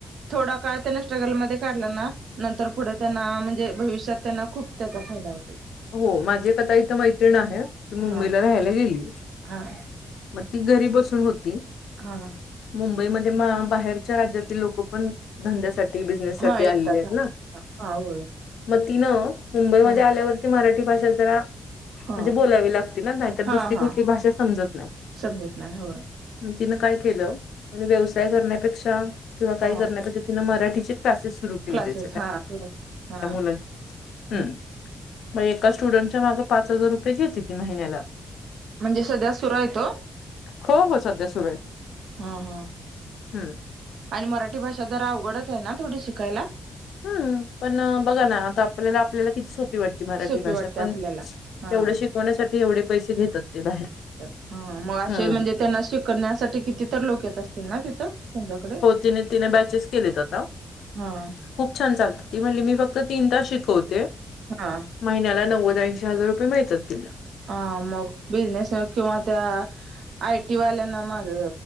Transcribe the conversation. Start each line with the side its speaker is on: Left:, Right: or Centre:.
Right: थोडा काळ तर स्ट्रगल मध्ये काढला ना. नंतर पुढे त्यांना म्हणजे भविष्यात त्यांना खूप त्याचा फायदा होतय.
Left: हो माझी कथा इथं मैत्रिण आहे ती मुंबईला
Right: हां.
Left: राहायला गेली.
Right: हां.
Left: मग ती घरी बसून होती.
Right: हा हा.
Left: मुंबईमध्ये बाहेरच्या राज्यात. लोक पण धंद्यासाठी बिजनेस साठी
Right: हां, येतात.
Left: आलेले आहेत ना.
Right: हां, हां, होय.
Left: म तिनं मुंबईमध्ये
Right: हां,
Left: आल्यावरती मराठी भाषा जरा.
Right: हां,
Left: म्हणजे बोलावी लागतील ना नाहीतर
Right: हां,
Left: दुसरी
Right: हां.
Left: कुठली भाषा समजत नाही.
Right: समजत नाही. होय.
Left: तिनं काय केलं म्हणजे व्यवसाय करण्यापेक्षा किंवा काय
Right: हां,
Left: करण्यापेक्षा. तिन मराठीचे क्लासेस सुरू केले
Right: क्लासेस
Left: त्याच्या त्या
Right: हां, क्लास हां,
Left: मुला्च
Right: हं.
Left: हम. मग एका स्टुडंटच्या मागे पाच हजार रुपये घेते ती महिन्याला.
Right: म्हणजे सध्या सुरू आहे तो.
Left: हो हो सध्या सुरू आहे.
Right: हा हा
Left: हम्म.
Right: आणि मराठी भाषा जरा अवघडत आहे ना थोडी शिकायला.
Left: हम् पण बघा ना आता आपल्याला आपल्याला किती सोप. ती मराठी
Right: सोपी
Left: भाषा
Right: वाटते
Left: पण
Right: आपल्याला. हां,
Left: तेवढे शिकवण्यासाठी एवढे पैसे घेतात ते बाहेर.
Right: हा मग असे,
Left: हम्म.
Right: म्हणजे त्यांना शिकवण्यासाठी किती तर लोक येत असतील ना तिथं? त्यांच्याकडे?
Left: हो तिने तिने बॅचेस केलेत आता.
Right: हां,
Left: खूप छान चालत ती म्हणली मी फक्त तीन तास शिकवते.
Right: हा
Left: महिन्याला नव्वद्याऐंशी हजार रुपय मिळतात तिला.
Right: ह मग बिझनेस किंवा त्या आय टी वाल्या ना मग